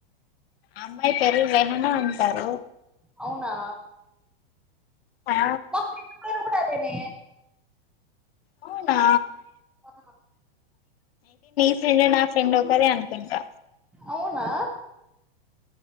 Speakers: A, on the left (about 70°); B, in the centre.
A: అమ్మాయి పేరు రేహన అంటారు
B: అవునా
A: ఆ
B: మ ఫ్రెండు కూడ అదేన్
A: అవునా
B: ఆ
A: నండు నా ఫ్రెండ్ ఒకరే అనుకుంటా
B: అవునా